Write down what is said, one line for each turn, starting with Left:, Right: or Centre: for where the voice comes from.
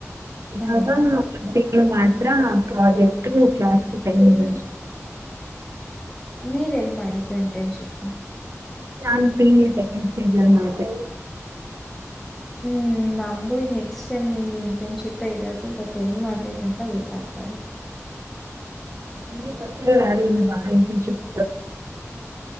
Right: ಇವಾಗ
Centre: ಹ್ಮ್
Right: ಒಂದ್ ತಿಂಗಳು ಮಾತ್ರ ಪ್ರೊಜೆಕ್ಟ್ ಕ್ಲಾಸ್ ಟೈಮ್ ಇದೆ ಅಷ್ಟೆ
Centre: ನೀವ ಎನ್ ಮಾಡಿದ್ದೆ ಇಂಟರ್ನ್ಶಿಪ್
Right: ಚಾನ ಪೀನೆ ಇಂಪ್ಯಾಕ್ಟ್ ಇನ್ಸ್ಟೇಂಜರ್ ಮಾಡದೆ
Centre: ಹ್ಮ್ ನಮಗೂ ಈ ನೆಕ್ಸ್ಟ್ ಸೇಮ್ ಈ ಇಂಟರ್ನ್ಶಿಪ್ ಇರೋದು ಬಟ್ ಎಲ್ಲಿ ಮಾಡಬೇಕಂತ ಗೊತ್ತಾಆಗತ ಇಲ್ಲ
Right: ನಿನಗೆ ಗೊತ್ತ ಇರೋರು ಯಾರೂ ಇಲ್ಲವ ಇಂಟರ್ನ್ಶಿಪ್